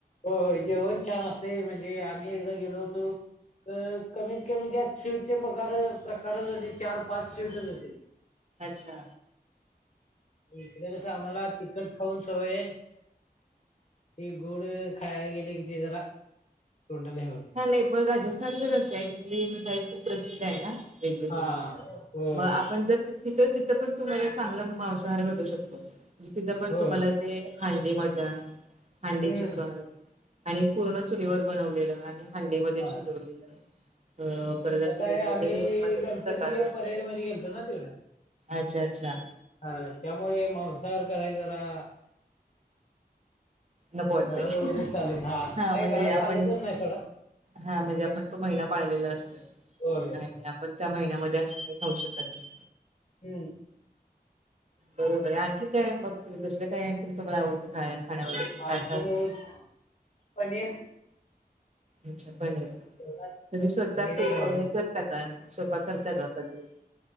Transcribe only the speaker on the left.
हो जेवण छान असते म्हणजे आम्ही एकदा गेलो होतो. अ कमीत कमी त्यात स्वीटचे प्रकार प्रकारच होते चार पाच स्वीटच होते.
इकडे कस आम्हाला तिखट खाऊन सवय हे हे गोड खायला गेले की ते जरा तोंडाला हे होतं.
हा होय
होय
होय
हम्म
हा
कसं आहे
आम्ही
गणपतीच्या
परेड मध्ये गेलतो ना तिकडं
हा त्यामुळे मांसाहार कराय जरा
घरात वगैरे
चालत नाही
घरात
चालतच नाही सोडा
होय
हम्म
आणखीन
एक पनीर.
जेवणात हा,
पनीर
एक आवडे